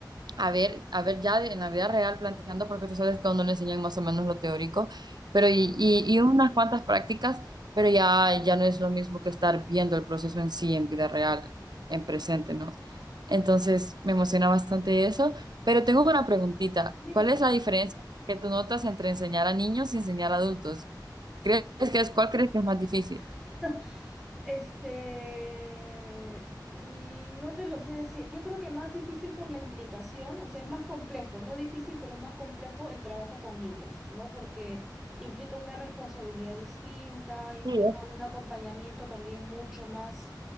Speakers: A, on the right; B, in the centre.
A: a ver, a ver ya de- en la vida real planteando, porque tú sabes que a uno le enseñan más o menos lo teórico, pero
B: Sí.
A: y, y, y unas cuantas prácticas, pero ya, ya no es lo mismo que estar viendo el proceso en sí, en vida real, en presente, ¿no? Entonces me emociona bastante eso, pero tengo una preguntita.
B: Dime.
A: ¿Cuál es la diferencia que tú notas entre enseñar a niños y enseñar a adultos? ¿Crees que es, cuál crees que es más difícil?
B: <laughs> Este, l- no te lo sé decir. Yo creo que más difícil por la implicación, o sea, es más complejo, no difícil, pero es más complejo el trabajo con niños, ¿no? Porque implica una responsabilidad distinta, implica
A: Sí, es,
B: un acompañamiento también mucho más